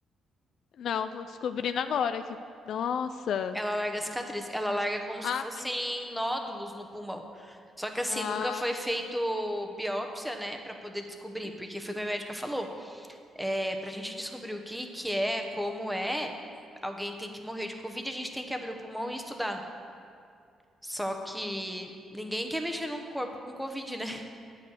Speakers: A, on the left (about 70°); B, in the centre.
A: Não, tô descobrindo agora que. Nossa!
B: Ela larga a cicatriz, ela larga como se
A: Ah,
B: fossem
A: mas.
B: nódulos no pulmão. Só que assim,
A: Ah,
B: nunca foi feito biópsia, né, Pra poder descobrir, porque foi o que a médica falou. para a gente descobrir o que que é, como é, alguém tem que morrer de Covid, a gente tem que abrir o pulmão e estudar. Só que ninguém quer mexer num corpo com Covid, né? <laughs>